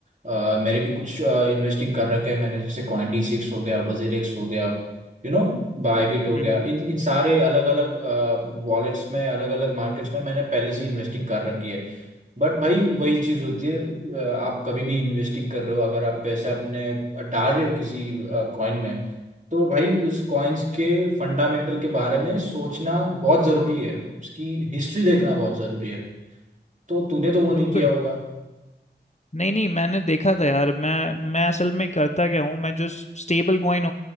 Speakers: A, on the right; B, on the left.
A: अ, मेरे भी कुछ इन्वेस्टिंग कर रखे है मैंने जैसे कॉइनडी सिक्स हो गया वजीरेक्स हो गया यू नो बायबिट हो
B: हम्म
A: गया इन इन सारे अलग अलग वॉलेट्स में अलग अलग मार्केट्स में मैंने पहले से इन्वेस्टिंग कर रखी है बट भाई वही चीज होती है अ, आप कभी भी इन्वेस्टिंग कर रहे हो अगर आप पैसे अपने डाल रहे हो किसी कॉइन में तो भाई उस कॉइन्स के फंडामेंटल के बारे में सोचना बहुत जरूरी है उसकी हिस्ट्री देखना बहुत जरूरी है तो तूने तो वो
B: बिल्कुल
A: नहीं किया होगा
B: नहीं नहीं मैंने देखा था यार मैं मैं असल में करता क्या हूँ मैं जो स्टेबल कॉइन